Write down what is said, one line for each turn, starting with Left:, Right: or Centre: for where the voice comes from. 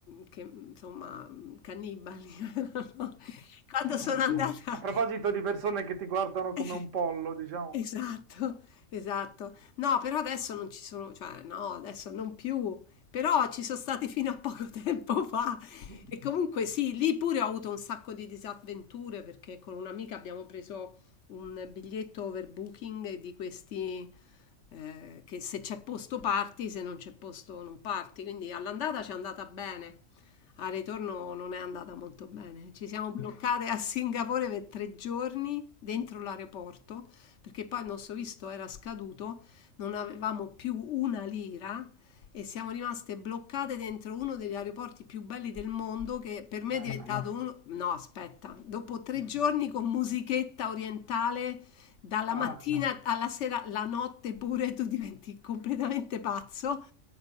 Left: che insomma cannibali. <laughs> no? Quando
Right: Mm,
Left: sono andata.
Right: buo- A proposito di persone che ti guardano
Left: <laughs>
Right: come un pollo, diciamo,
Left: Esatto, esatto. No, però adesso non ci sono, cioè no, adesso non più, però ci sono stati fino a poco <laughs> tempo fa.
Right: Mm,
Left: E comunque sì, lì pure ho avuto un sacco di disavventure perché con un'amica abbiamo preso un biglietto overbooking di questi eh, che se c'è posto parti, se non c'è posto non parti. Quindi all'andata ci è andata bene, al ritorno non è andata molto bene. Ci siamo bloccate a Singapore per tre giorni dentro l'aeroporto perché poi il nostro visto era scaduto, non avevamo più una lira. E siamo rimaste bloccate dentro uno degli aeroporti più belli del mondo che per me
Right: bello.
Left: è diventato uno... No, aspetta, dopo tre giorni con musichetta orientale dalla
Right: Ah,
Left: mattina alla sera, la notte pure, tu diventi completamente pazzo.